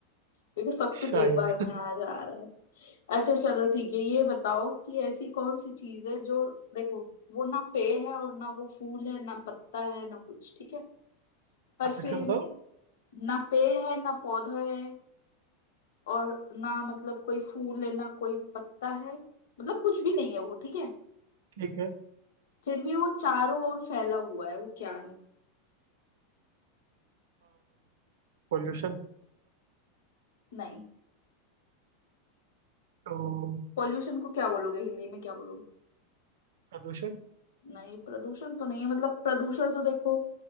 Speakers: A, on the left; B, on the right.
A: क्योंकि सब
B: शायद
A: कुछ एक बार में आ जा रहा है अच्छा चलो ठीक है ये बताओ कि ऐसी कौन सी चीज है जो देखो वो ना पेड़ है और ना वो फूल है ना पत्ता है ना कुछ ठीक है पर
B: आप फिर
A: फिर
B: से बताओ
A: भी ना पेड़ है ना पौधा है और ना मतलब कोई फूल है ना कोई पत्ता है मतलब कुछ भी नहीं है वो ठीक है
B: ठीक है
A: फिर भी वो चारों ओर फैला हुआ है वो क्या है
B: पॉल्यूशन
A: नहीं
B: तो
A: पॉल्यूशन को क्या बोलोगे हिंदी में क्या बोलोगे
B: प्रदूषण
A: नहीं प्रदूषण तो नहीं है मतलब प्रदूषण तो देखो